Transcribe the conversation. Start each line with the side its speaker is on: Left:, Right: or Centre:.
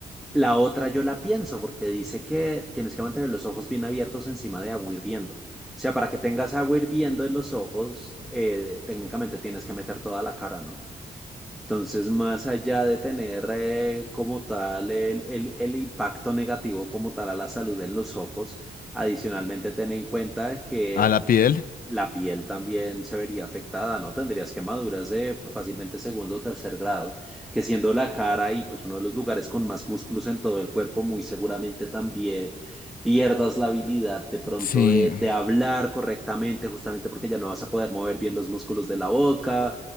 Centre: la otra yo la pienso porque dice que tienes que mantener los ojos bien abiertos encima de agua hirviendo. O sea, para que tengas agua hirviendo en los ojos, eh, técnicamente tienes que meter toda la cara, ¿no? Entonces, más allá de tener eh, como tal el, el, el impacto negativo como tal a la salud en los ojos, adicionalmente ten en cuenta que
Left: a la piel,
Centre: la piel también se vería afectada, ¿no? Tendrías quemaduras de fácilmente segundo o tercer grado, que siendo la cara y pues uno de los lugares con más músculos en todo el cuerpo, muy seguramente también pierdas la habilidad de pronto
Left: sí.
Centre: de, de hablar correctamente, justamente porque ya no vas a poder mover bien los músculos de la boca.